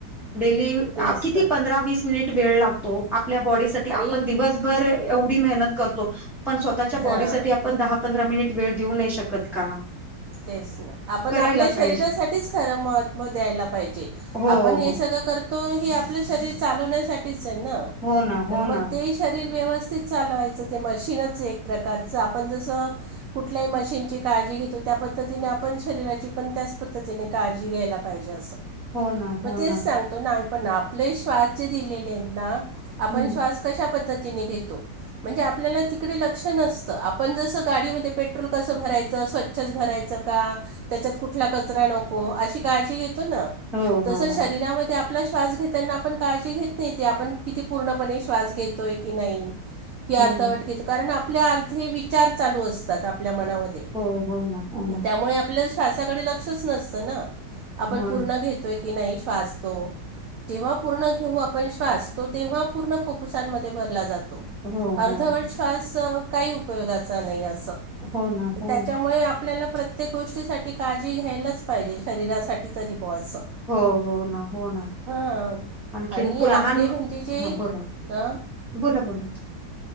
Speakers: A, in the centre; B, on the right (about 75°).
A: डेली अहो
B: तेच
A: किती
B: तर
A: पंधरा-वीस मिनिट वेळ लागतो. आपल्या बॉडीसा साठी आपण
B: आणि
A: दिवसभर एवढी मेहनत करतो पण स्वतःच्या बॉडी
B: हां
A: साठी आपण पण दहा-पंधरा मिनिट वेळ देऊ नाही शकत का?
B: तेच ना आपण
A: करायला
B: आपल्या शरीरासाठीच
A: पाहिजे
B: खरं महत्त्व द्यायला पाहिजे.
A: हो
B: आपण हे
A: हो
B: सगळं करतो हे आपलं शरीर चालवण्यासाठीच आहे ना
A: हो ना हो
B: तर मग
A: ना
B: ते शरीर व्यवस्थित चालवायचं ते मशीनच एक प्रकारचं आपण जसं कुठल्याही मशीनची काळजी घेतो त्या पद्धतीने आपण शरीराची पण त्याच पद्धतीने काळजी घ्यायला पाहिजे असं
A: हो ना
B: मग
A: हो
B: तेच
A: ना
B: सांगतो ना आम्ही पण आपले श्वास जे दिलेले आहेत ना
A: हम्म
B: आपण श्वास कशा पद्धतीने घेतो? म्हणजे आपल्याला तिकडे लक्ष नसतं आपण जसं गाडीमध्ये पेट्रोल कसं भरायचं? छ भरायच का त्याच्यात कुठला कचरा नको अशी काळजी घेतो ना
A: हो हो
B: तस
A: हो
B: शरीरामध्ये ते आपला श्वास घेताना आपण काळजी घेत नाही ते आपण किती पूर्णपणे श्वास घेतोय की नाही? की
A: हम्म
B: अर्धवट घेतो कारण आपल्या अर्ध विचार चालू असतात आपल्या मनामध्ये
A: हो हो ना हो ना
B: त्यामुळे आपल्या श्वासाकडे लक्षच नसतं ना आपण
A: हो
B: पूर्ण
A: ना
B: घेतोय की नाही श्वास तो जेव्हा पूर्ण घेऊ आपण श्वासतो तेव्हा पूर्ण फुफ्फुसांमध्ये भरला जातो.
A: हो
B: अर्धवट
A: हो हो
B: शस काही उपयोगा नाही अस
A: हो ना हो
B: त्यामुळे
A: ना
B: आपल्याला प्रत्येक गोष्टीसाठीठी काळजी घ्यायलाच पाहिजे शरीरासाठी तरी प असं.
A: हो हो ना हो ना.
B: हा
A: आणखीन
B: आणि
A: पु- लहान
B: आपले म्हणजे जे
A: हा बोला
B: अ
A: बोला बोला